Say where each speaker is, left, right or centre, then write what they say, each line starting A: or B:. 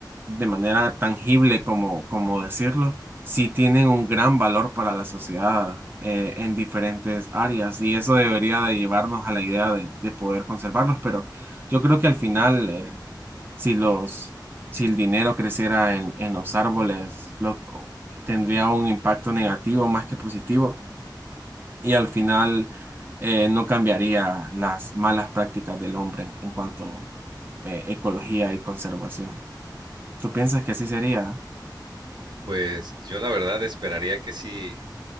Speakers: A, on the right; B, on the right.
A: de manera tangible como, como decirlo, sí tienen un gran valor para la sociedad eh, en diferentes áreas y eso debería de llevarnos a la idea de, de poder conservarlos, pero yo creo que al final, eh, si los, si el dinero creciera en, en los árboles, lo, tendría un impacto negativo más que positivo y al final eh, no cambiaría las malas prácticas del hombre en, en cuanto a ecología y conservación. ¿Tú piensas que así sería?
B: Pues yo la verdad esperaría que sí,